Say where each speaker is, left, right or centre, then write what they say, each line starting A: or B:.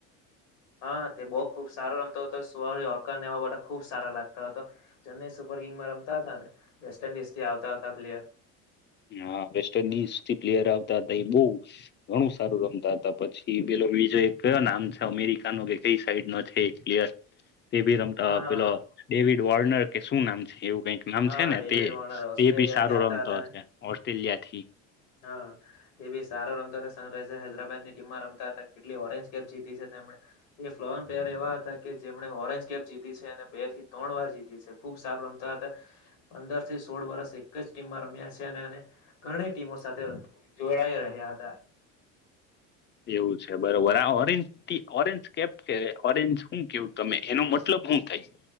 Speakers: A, on the left (about 85°); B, on the left (about 30°).
A: હા તે બહુ ખુબ સારો રમતો હતો. સુવા હોર્કર ને એવા બધા ખુબ સારા લાગતો હતો. ચેનંઈ સુપર કિંગમાં રમતા હતા ને. વેસ્ટ ઇન્ડિઝ થી આવતા હતા પ્લેયર.
B: હા વેસ્ટ ઇન્ડિઝ થી પ્લેયર આ હતા એ બહુ, ઘણું સારું રમતા હતા પછી. પેલો બીજું એક કયો નામ છે અમેરિકા નો કે તે સાઈડ નો છે એક પ્લેયર તે ભી રમતો
A: હા હા
B: પેલો
A: હા
B: ડેવિડ વોર્નર કે શું નામ છે એવું કઈક નામ
A: હા
B: છે ને
A: ડેવિડ
B: તે
A: વોર્નર ઓસ્ટ્રેલિયા
B: એ બી સારું
A: થી આવતા
B: રમતો
A: હતા
B: ઓસ્ટ્રેલિયાથી
A: હા તે બી સારો રમતા હતા સનરાઈઝર હૈદરાબાદની ટીમમાં રમતા હતા કેટલી ઓરેન્જ કેપ જીતી છે તેમણે એ ફ્લોરન પ્લેયર એવા હતા કે જેમણે ઓરેન્જ કેપ જીતી છે અને બે થી ત્રણ વાર જીતી છે ખુબ સારું રમતા હતા. પંદર થી સોળ વર્ષ એક જ ટીમમાં રમ્યા છે અને ગણે ટીમો સાથે જોડાઈ રહ્યા હતા.
B: એવું છે બરોબર આ ઓરેન્જતી ઓરેન્જ કેપ કે ઓરેન્જ શું કેવું તમે એનો મતલબ હુ થાય.